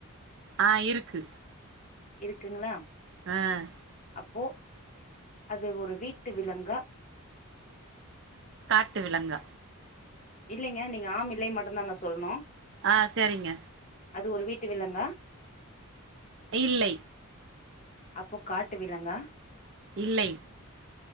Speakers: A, on the right (about 55°); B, on the left (about 35°).
A: ஆஹ் இருக்கு
B: இருக்குங்களா
A: ஆஹ்
B: அப்போ அது ஒரு வீட்டு விலங்கா
A: காட்டு விலங்கா
B: இல்லைங்க நீங்க ஆம் இல்லை மட்டும்தாங்க சொல்லணும்
A: ஆ சரிங்க
B: அது ஒரு வீட்டு விலங்கா
A: இல்லை
B: அப்போ காட்டு விலங்கா
A: இல்லை